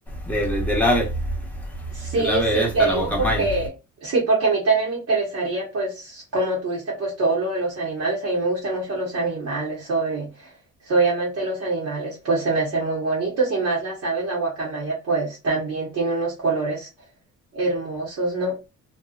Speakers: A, in the centre; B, on the right (about 50°).
A: del, del ave,
B: sí,
A: del ave
B: sí,
A: esta,
B: te digo
A: la guacamaya.
B: porque, sí, porque a mí también me interesaría, pues, como turista, pues todo lo de los animales. A mí me gustan mucho los animales, soy, soy amante de los animales, pues se me hacen muy bonitos y más las aves, la guacamaya, pues también tiene unos colores hermosos, ¿no?